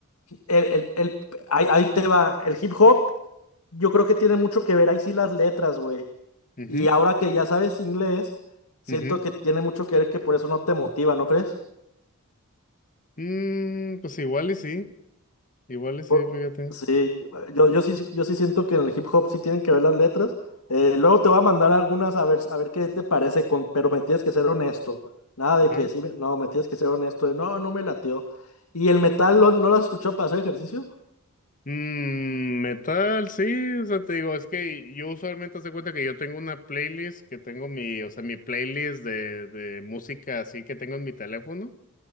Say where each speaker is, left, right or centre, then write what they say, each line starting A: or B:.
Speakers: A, on the left; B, on the left.
A: el, el, el- ahí, ahí te va. El hip hop, yo creo que tiene mucho que ver ahí sí las letras, güey.
B: Ujú,
A: Y ahora que ya sabes inglés, siento
B: ujú.
A: que tiene mucho que ver que por eso no te motiva, ¿no crees?
B: Mm, pues igual y sí, igual y sí,
A: Po-
B: fíjate.
A: Sí, yo, yo sí, yo sí siento que en el hip hop sí tienen que ver las letras. Eh, luego te voy a mandar algunas a ver, a ver qué te parece, con, pero me tienes que ser honesto. Nada de
B: Ujú.
A: que sí, me- no, me tienes que ser honesto. de, no, no me latió. ¿Y el metal lo- no lo has escuchado para hacer ejercicio?
B: Mm, metal, sí, o sea, te digo, es que yo usualmente hace cuenta que yo tengo una playlist que tengo mi, o sea, mi playlist de, de música así que tengo en mi teléfono